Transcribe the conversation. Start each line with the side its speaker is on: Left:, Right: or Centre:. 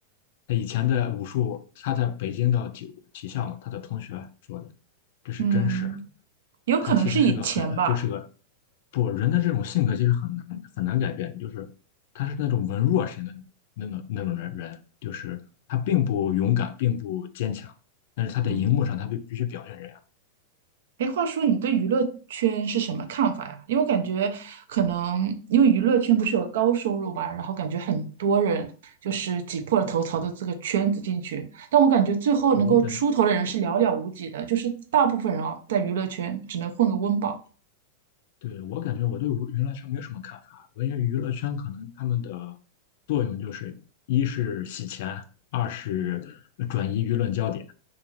Left: 他以前在武术，他在北京的体体校嘛，他的同学说的，这是真实。
Right: 嗯。有可能是以前吧。
Left: 他其实是个很就是个不人的这种性格其实很难很难改变，就是他是那种文弱型的那种那种人人，就是他并不勇敢，并不坚强，但是他在荧幕上他必必须表现这样。
Right: 嗯哎，话说你对娱乐圈是什么看法呀？因为我感觉可能因为娱乐圈不是有高收入嘛，然后感觉很多人就是挤破了头朝着这个圈子进去，但我感觉最后能够出头的人是寥寥无几的，
Left: 我感，
Right: 就是大部分人啊，在娱乐圈只能混个温饱。
Left: 对，我感觉我对娱娱乐圈没有什么看法，我因为娱乐圈可能他们的作用就是，一是洗钱，二是呃转移舆论焦点，